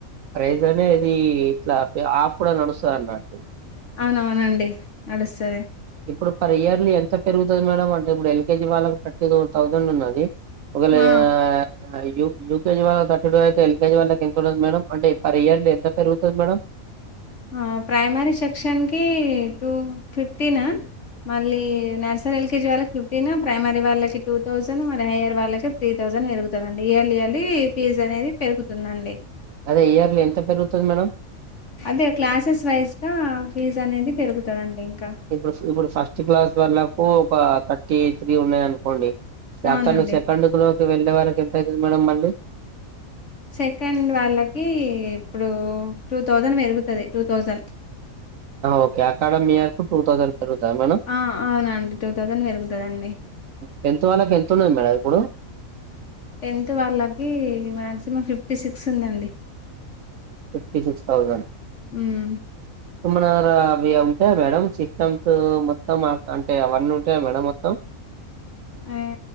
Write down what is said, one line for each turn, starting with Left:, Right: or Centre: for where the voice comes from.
Right: ప్రైజ్ అనేది ఇట్లా ఆఫ్ కూడా నడుస్తది అన్నట్టు
Left: అవునవునండి నడుస్తది
Right: ఇప్పుడు పర్ ఇయర్లీ ఎంత పెరుగుతుంది మేడం అంటే ఇప్పుడు ఎల్కేజీ వాళ్ళకి థర్టీ టూ థౌసండ్ ఉన్నది ఒక వేళ
Left: ఆ
Right: యు యూకేజీ వాళ్ళకు థర్టీ టూ అయితే ఎల్కేజీ వాళ్ళ ఎంత ఉండదు మేడం అంటే పర్ ఇయర్లీ ఎంత పెరుగుతది మేడం
Left: ఆ ప్రైమరీ సెక్షన్కి టూ ఫిఫ్టీనా మళ్ళీ నర్సరీ ఎల్కేజీ వాళ్ళకి ఫిఫ్టీన్ ప్రైమరీ వాళ్ళకి టూ థౌసండ్ మరి హైయర్ వాళ్ళకి త్రీ థౌజండ్ పెరుగుతది అండి ఇయర్లీ ఇయర్లీ ఫీజ్ అనేది పెరుగుతుందండి
Right: అదే ఇయర్లీ ఎంత పెరుగుతది మేడం
Left: అదే క్లాసెస్ వైజ్ గా ఫీజ్ అనేది పెరుగుతది అండి ఇంకా
Right: ఇప్పుడు ఇప్పుడు ఫస్ట్ క్లాస్ వాళ్ళకు ఒక థర్టీ త్రీ ఉన్నాయి అనుకోండి
Left: అవునండి
Right: అతను సెకండ్ లోకి వెళ్ళే వరకి ఎంత అయతది మేడం మళ్ళీ
Left: సెకండ్ వాళ్ళకి ఇప్పుడు టూ థౌజండ్ పెరుగుతది two thousand
Right: okay academy year కు టూ థౌసండ్ పెరుగుతది మేడం
Left: ఆ అవునండి టూ థౌజండ్ పెరుగుతది అండి
Right: టెన్త్ వాళ్ళకి ఎంత ఉన్నది మేడం ఇప్పుడు
Left: టెన్త్ వాళ్ళకి మ్యాగ్సిమం ఫిఫ్టీ సిక్స్ ఉందండి
Right: ఫిఫ్టీ సిక్స్ థౌజండ్
Left: మ్మ్
Right: తమ్మనర అవి ఉంటాయా మేడం సిస్టమ్స్ మొత్తం అంటే అవన్నీ ఉంటాయా మేడం మొత్తం
Left: ఆయ్